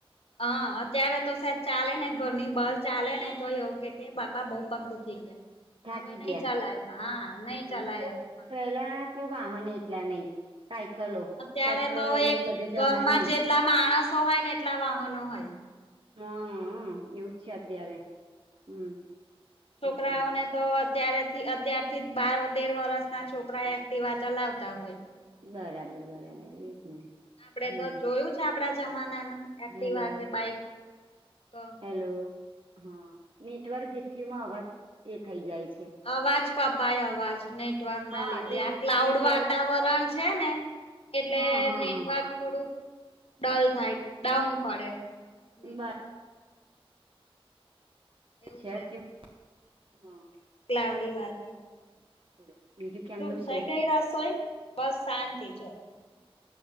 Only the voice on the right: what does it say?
થાકી
ગયા
હા,
તો
પેલા તો વાહન એટલા નહી સાયકલો
સાયકલો
લઈ લઈને
બધે જવાનું
હ એવુંજ છે અત્યારે
હમ
એજ ને
બરાબર બરાબર એ જ ને
હમ
હેલો
હેલો હા નેટવર્ક ઇસ્યુમાં અવાજ એ થઇ જાય છે
હા
એ
નેટવર્ક
હા હા
હા
બસ
અચ છે જું હા <inaudible>
બોલો બીજું કેમનું
છે